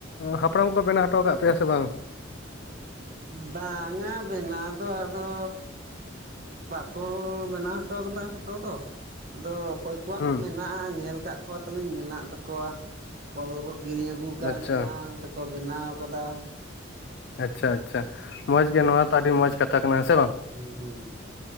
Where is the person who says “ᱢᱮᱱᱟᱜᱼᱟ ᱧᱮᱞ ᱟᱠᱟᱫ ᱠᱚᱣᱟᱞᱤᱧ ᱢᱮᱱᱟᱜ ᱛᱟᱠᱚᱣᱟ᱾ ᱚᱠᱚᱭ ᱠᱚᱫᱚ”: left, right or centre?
Right